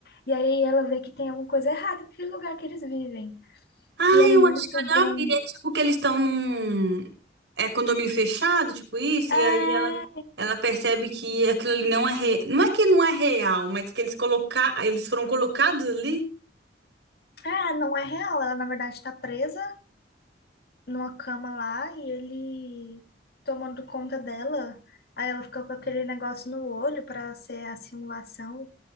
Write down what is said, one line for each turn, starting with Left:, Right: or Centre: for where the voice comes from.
Left: E aí ela vê que tem alguma coisa errada naquele lugar que eles vivem.
Right: Ah,
Left: E é muito
Right: eu acho que eu
Left: bom.
Right: já vi. É tipo que eles estão num é, condomínio fechado, tipo isso,
Left: É,
Right: e aí ela, ela percebe que aquilo ali não é re... não é que não é real, mas que eles colocar eles foram colocados ali.
Left: ah não é real. Ela, na verdade, tá presa numa cama lá e ele tomando conta dela. Aí ela fica com aquele negócio no olho pra ser a simulação.